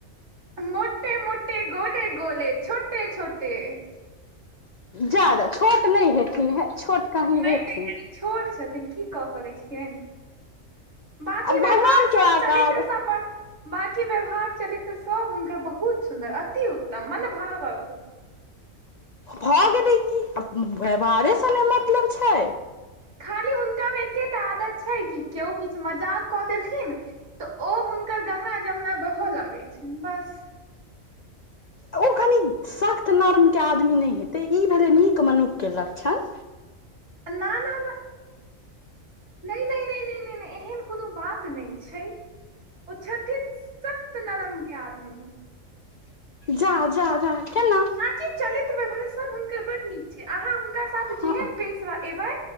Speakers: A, on the right; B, on the left.
A: मोटे-मोटे, गोले-गोले, छोटे-छोटे।
B: जा जा छोट नहि हेथिन हे छोट कहीं
A: नै
B: हेथिन
A: नै कनि छोट छथिन की कऽ सकय छियनि। बाॅंकी
B: आ
A: व्यवहार
B: भगवान के
A: सब,
B: आकार
A: चलित्र सब, बड़ बाॅंकी व्यवहार चलित्र सब हुनकर बहुत सुन्दर, अति उत्तम मनभावक
B: भऽ गेलै की, आ व्यवहारेसँ ने मतलब छै।
A: खाली हुनका मे एकेटा आदत छै, कि केओ किछु मजाक कऽ देलखिन तऽ ओ हुनकर गंगा-जमुना बहऽ लागै छनि बस।
B: ओ कनि सख्त नर्मके आदमी नहि हेतै, ई भेलै नीक मनुखके लक्षण।
A: ना -ना- ना नहि -नहि -नहि -नहि एहन कोनो बात नहि छै। ओ छथिन सख्त नरम के आदमी।
B: जा- जा- जा केना?
A: चि चलित्र व्यवहार सब हुॅंनकर बड्ड नीक छै, अहाँ हुॅंनका साथ
B: हँ
A: जेहेन पेश एबै